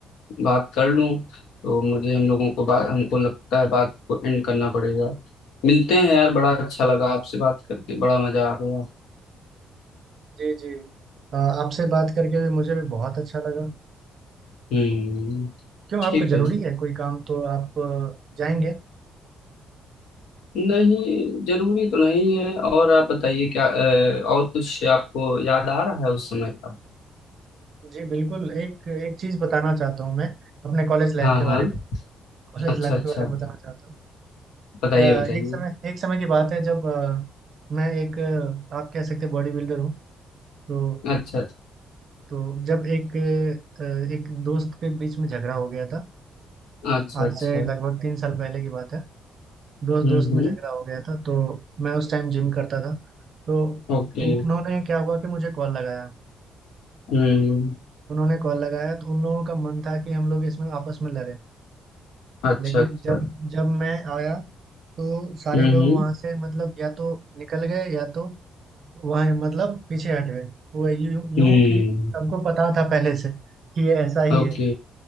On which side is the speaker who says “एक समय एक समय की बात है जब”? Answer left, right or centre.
Right